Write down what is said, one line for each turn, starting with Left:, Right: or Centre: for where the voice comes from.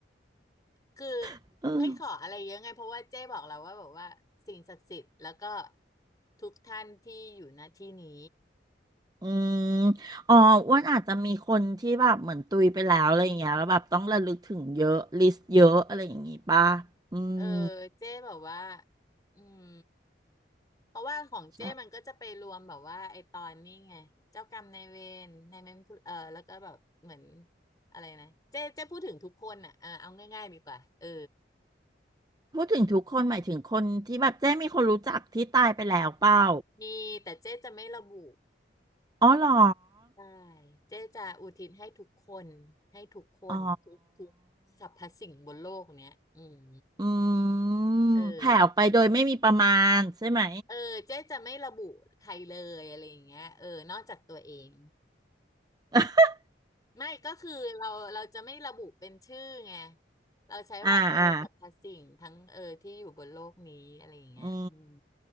Left: คือ
Right: <laughs> เออ
Left: ไม่ขออะไรเยอะไงเพราะว่าเจ๊บอกเราว่าแบบว่าสิ่งศักดิ์สิทธิ์แล้วก็ทุกท่านที่อยู่ณที่นี้
Right: อืม
Left: เออ
Right: อ๋ออ้วนอาจจะมีคนที่แบบเหมือนตุยไปแล้วอะไรอย่างเงี้ยแล้วแบบต้องระลึกถึงเยอะลิสต์เยอะอะไรอย่างงี้ป่ะอืม
Left: เออเจ๊แบบว่าอืมเพราะว่าของเจ้มันก็จะไปรวมแบบว่าไอตอนนี้ไงเจ้ากรรมนายเวรนายเวรผู้เออแล้วก็แบบเหมือน
Right: ใช่
Left: อะไรนะเจ้เจ้พูดถึงทุกคนอ่ะเออเอาง่ายๆดีกว่าเออ
Right: พูดถึงทุกคนหมายถึงคนที่แบบเจ๊มีคนรู้จักที่ตายไปแล้วเปล่า
Left: มีแต่เจ้จะไม่ระบุ
Right: อ๋อเหรอ
Left: ได้เจ้จะอุทิศให้ทุกคนให้ทุกคนทุกทุกสรรพสิ่งบนโลกเนี้ยอืม
Right: อ๋ออืม
Left: เออ
Right: แผ่ออกไปโดยไม่มีประมาณใช่ไหม
Left: เออเจ๊จะไม่ระบุใครเลยอะไรอย่างเงี้ยเออนอกจากตัวเอง
Right: <laughs>
Left: ไม่ก็คือเราเราจะไม่ระบุเป็นชื่อไงเราใช้ว่าเออสรรพสิ่งทั้งเออที่อยู่บนโลกนี้อะไรอย่างเงี้ยอืม
Right: อ่าอ่า อื